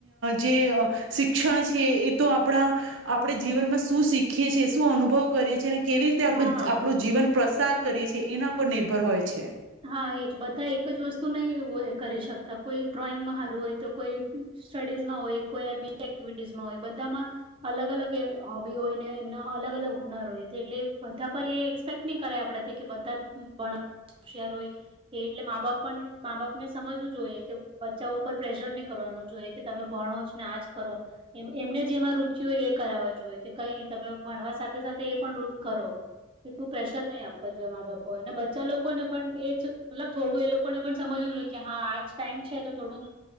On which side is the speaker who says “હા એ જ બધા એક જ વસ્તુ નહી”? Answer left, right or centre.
Right